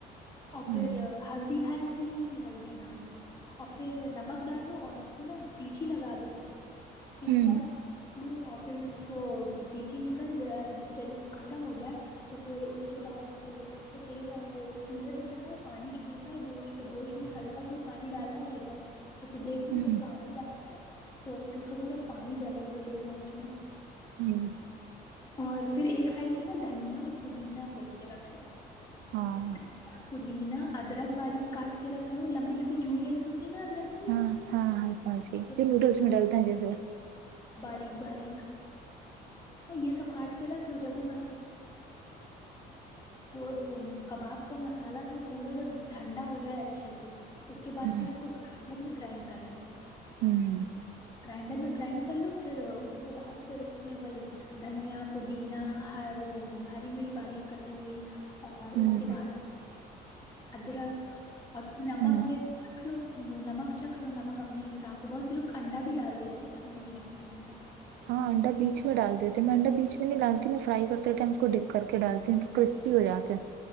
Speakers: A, on the left; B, on the right.
A: اور
B: ہوں
A: پھر ہلدی ہلکی ہلدی نام کی اور پھر نمک ڈالو اور اس کو نا سیٹھی لگا دو تین
B: ہوں
A: چار دو اور پھر اس کو جب سیٹیھی نکل جائے چلی ختم ہو جائے تو پھر اس کے بعد پھر اس کو تیز وہ چولہے پہ چڑھا پانی چھولتا ہے گوشت تو گوشت میں ہلکا سا ہی پانی ڈالنا رہتا ہے تو پھر دیکھنا
B: ہوں
A: اگر
B: ہوں
A: پانی ڈالو تو پھر اس کا پورا پانی جلا لو تیز آنچ میں
B: ہوں
A: اور پھر ایک سائڈ میں نا دھنیا اور پودینا توڑ کے رکھ لو
B: ہاں
A: دھنیا پودینا ادرک باریک کاٹ کے رکھ لو لمبی لمبی جولینس ہوتے ہیں نا ادرک کی
B: ہاں ہاں ہاں ساں جی
A: یہ
B: جو
A: رکھ
B: نوڈلس میں ڈالتا جی سر
A: ب باریک یہ سب کاٹ کے رکھ لو جب وہ وہ وہ کباب کا وہ مسالا تھا وہ پورا جب ٹھنڈا ہو جائے اچھے سے اس کے بعد
B: ہوں
A: پھر اس کو گرائنڈر میں گرائنڈ کر لو
B: ہوں
A: گرائنڈر میں گرائنڈ کر لو پھر اس کے بعد پھر اس میں وہی دھنیا پودینا وہ ہری مرچ باری کٹی ہوئی
B: <inaudible>
A: اور اس کے بعد ادرک اور نمک
B: ہوں
A: میں چکھ لو نمک چکھ لو نمک اپنے حساب سے بہت سے لوگ انڈا بھی ڈال دیتے ہیں پر میں نہیں ڈالتی انڈا
B: ہاں انڈا بیچ میں ڈال دیتے میں انڈا بیچ میں ڈالتیھی میں فرائی کرتے ٹائم اس کو ڈپ کر ڈالتے ہیں تو کرسپی ہو جاتے ہیں